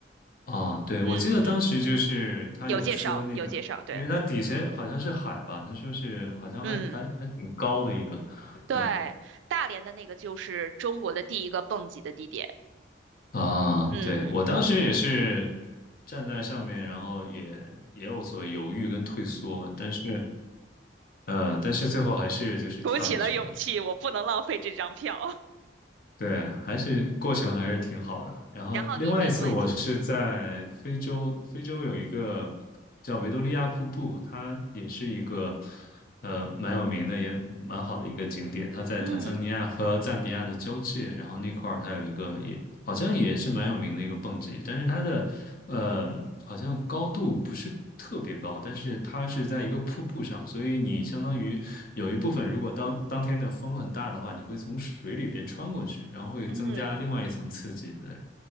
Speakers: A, on the left; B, on the right.
A: 啊，对，
B: 嗯嗯，
A: 我记得当时就是他有说那个，
B: 有介绍有介绍，对，
A: 因为它底下好像是海吧，他说是好像还还还挺高的一个，
B: 嗯。对，
A: 对
B: 大连的那个就是中国的第一个蹦极的地点。
A: 啊，
B: 嗯，
A: 对，我当时也是站在上面，然后也也有所犹豫跟退缩，但是呃，但是最后还是就是跳下去了，
B: 鼓起了勇气，我不能浪费这张票。<laughs>
A: 对，还是过程还是挺好的。然后另外一次我是在非洲，
B: 然后你另外一次，
A: 非洲有一个叫维多利亚瀑布，它也是一个呃蛮有名的，也蛮好的一个景点。它在坦桑尼亚和赞比亚的交界，
B: 嗯
A: 然后那块儿它有一个也好像也是蛮有名的一个蹦极，但是它的呃，好像高度不是特别高，但是它是在一个瀑布上，所以你相当于有一部分，如果当当天的风很大的话，你会从水里边穿过去，然后会增加另外一层刺激。
B: 嗯。
A: 对，